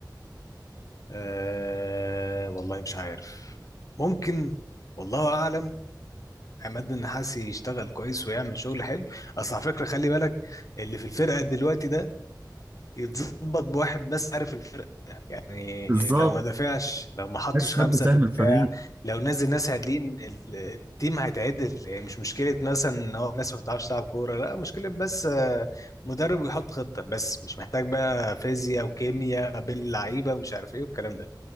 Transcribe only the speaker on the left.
آه والله مش عارف ممكن والله اعلم عماد النحاس يشتغل كويس ويعمل شغل حلو اصل على فكرة خلي بالك اللي في الفرقة دلوقتي ده يتظبط بواحد بس عارف الفرق يعني
لو ما دافعش لو ما حطش
خمسة
في الدفاع
لو نزل ناس عادلين ال- التيم هيتعدل يعني مش مشكلة مثلا ان هو الناس ما بتعرفش تلعب كورة لا مشكلة بس آه، مدرب ويحط خطة بس مش محتاج بقى فيزياء وكيمياء بين اللعيبة ومش عارف ايه والكلام ده